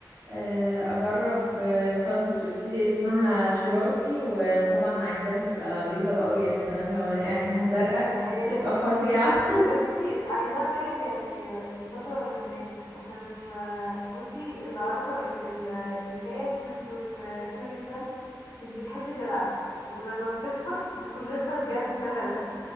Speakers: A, on the right; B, on the left.
A: آه، أجرب آه، خلاص انتي قلتيلي اسمها شيرازي وأنا طبعا عايزاها تبقى بيضة بقى ويا سلام لو الاقي عينيها زرقاء
B: ياه
A: تبقى فظيعة
B: <laughs> طب بس انتي عايزاه طيب يعني ذكر ولا انتايه عشان آه، بصي اللي أعرفه إن ال- النتاية بتكون رخمة جدا مش بتحب تلعب ولما بتكبر بتكون رخمة بجد فهلها